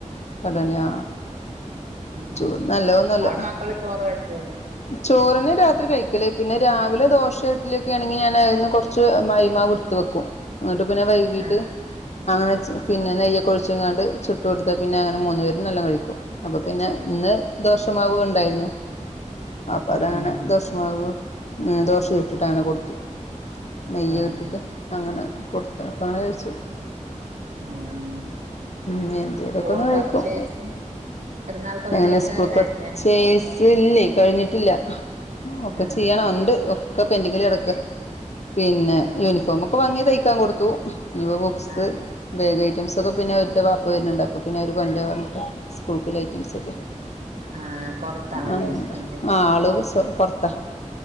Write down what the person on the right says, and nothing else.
ഉം
അവിടെ മക്കള് ചോറ് കഴിക്കുവല്ലേ
ആഹ്
ആഹ്
ആഹ്
ആഹ്
സ്കൂൾ
പർച്ചേസ് പെരുന്നാൾ പർച്ചേസ്
ഒക്കെ കഴിഞ്ഞ
ആഹ്
ആഹ്
ആഹ്
ആഹ് പൊറത്താണല്ലേ
ഹസ്ബൻഡ്